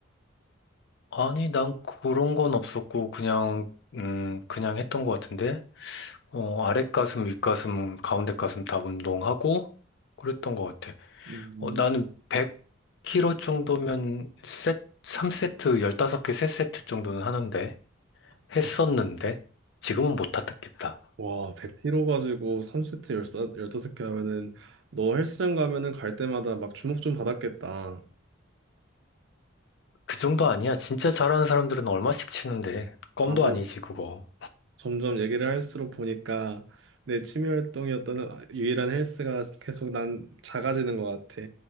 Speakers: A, on the left; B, on the right.
A: 아니, 난 그런 건 없었고, 그냥, 음, 그냥 했던 것 같은데? 어, 아랫가슴, 윗가슴, 가운데 가슴 다 운동하고, 그랬던 것 같아.
B: 음,
A: 어, 나는 100kg 정도면 셋, 3세트, 15개, 3세트 정도는 하는데,
B: 자,
A: 했었는데, 지금은 못 하겠다.
B: 와, 100kg 가지고 3세트 15개 하면은 너 헬스장 가면은 갈 때마다 막 주목 좀 받았겠다.
A: 그 정도 아니야. 진짜 잘하는 사람들은 얼마씩 치는데, 껌도
B: 아,
A: 아니지, 그거.
B: 점점 얘기를 할수록 보니까 내 취미 활동이었던 유일한 헬스가 계속 난 작아지는 것 같아.